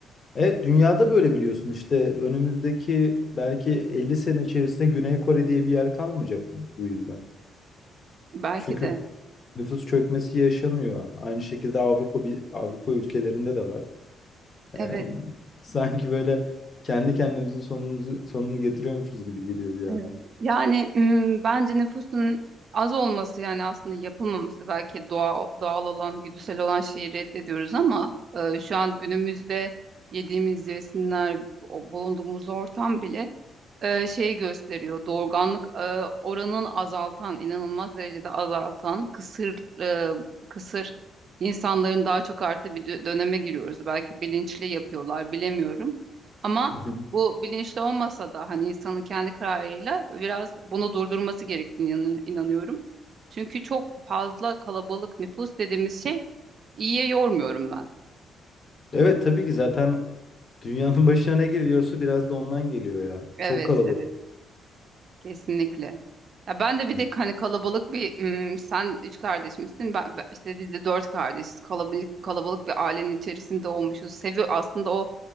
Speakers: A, on the left; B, on the right.
A: evet, dünyada böyle biliyorsun işte önümüzdeki belki 50 sene içerisinde Güney Kore diye bir yer kalmayacak bu bu yüzden.
B: Belki
A: Çünkü
B: de.
A: nüfus çökmesi yaşanıyor. Aynı şekilde Avrupa bir Avrupa ülkelerinde de var.
B: Evet.
A: Ee, sanki böyle kendi kendimizin sonumuzu, sonunu getiriyormuşuz gibi geliyor bir yerden.
B: Evet. Yani ım, bence nüfusun az olması yani aslında yapılmaması belki doğal, doğal olan, güdüsel olan şeyi reddediyoruz ama e, şu an günümüzde yediğimiz besinler, o- bulunduğumuz ortam bile e, şey gösteriyor. Doğurganlık e, oranın azaltan, inanılmaz derecede azaltan, kısır e, kısır insanların daha çok arttığı bir dö- döneme giriyoruz. Belki bilinçli yapıyorlar, bilemiyorum. Ama
A: Hı hı.
B: bu bilinçli olmasa da hani insanın kendi kararıyla biraz bunu durdurması gerektiğini inan- inanıyorum. Çünkü çok fazla kalabalık nüfus dediğimiz şey iyiye yormuyorum ben.
A: Evet tabii ki zaten dünyanın <laughs> başına ne geliyorsa biraz da ondan geliyor ya.
B: Evet,
A: Çok kalabalık.
B: evet. Kesinlikle. Ya ben de bir
A: yani.
B: de hani kalabalık bir ım, sen üç kardeş misin? Ben, ben- işte biz de dört kardeşiz. Kalabalık kalabalık bir ailenin içerisinde olmuşuz. Sevi aslında o